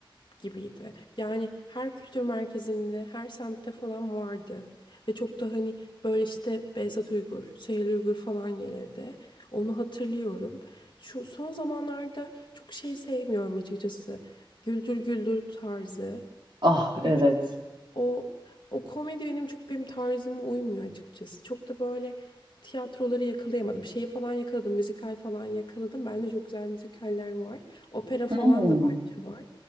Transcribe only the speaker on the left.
gibiydi. Yani her kültür merkezinde, her semtte falan vardı. Ve çok da hani böyle işte Behzat Uygur, Süheyl Uygur falan gelirdi. Onu hatırlıyorum. Şu son zamanlarda çok şey sevmiyorum açıkçası. Güldür Güldür tarzı.
O çok o o komedi benim çok benim tarzıma uymuyor açıkçası. Çok da böyle tiyatroları yakalayamadım. Şeyi falan yakaladım, müzikal falan yakaladım. Bence çok güzel müzikaller var. Opera falan
da bence var.